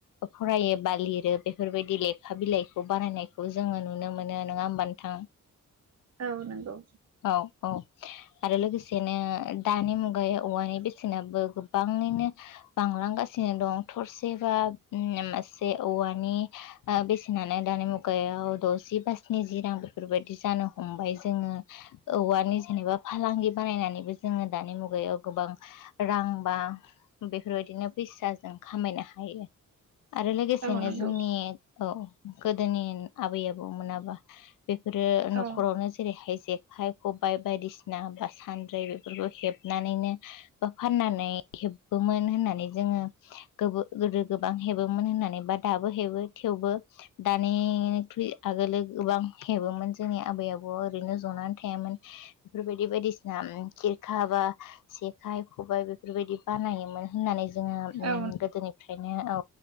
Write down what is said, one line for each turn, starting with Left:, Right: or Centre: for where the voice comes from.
Left: फरायो बा लिरो बेफोरबायदि लेखा बिलाइखौ बानायनायखौ जोङो नुनो मोनो नङा होमबा नोंथां?
Right: औ नंगौ
Left: औ औ आरो लोगोसेनो दानि मुगायाव औवानि बेसेनाबो गोबाङैनो बांलांगासिनो दं थरसे बा ओम मासे औवानि ओ बेसेनानो दानि मुगायाव दजि बा स्नि जि रां बेफोरबायदि जानो हमबाय जोङो औवानि जेनेबा फालांगि बानायनानैबो जोङो दानि मुगायाव गोबां रां बा बेफोरबायदिनो फैसा जों खामायनो हा यो। आरो लोगोसेनो
Right: औ नंगौ औ औ नंगौ
Left: जोंनि औ गोदोनि आबै आबौ मोनाबा बेफोरो न'खरावनो
Right: औ
Left: जेरैहाय जेखाइ खबाइ बायदिसिना बा सानद्रि फोरखो हेबनानैनो बा फाननानै हेबोमोन होननानै जोङो गोदो गोबां हेबोमोन होननानै बा दाबो हेबो थेवबो दानिख्रुइ आगोलो ओ गोबां हेबोमोन जोंनि आबै आबौआ ओरैनो जनानै थायामोन बेफोरबायदि बायदिसिना उम खि <unintelligible> घाबा जेखाइ खबाय बेफोरबायदि बानायोमोन होननानै ज जोङो
Right: औ
Left: उम गोदोनिफ्रायनो औ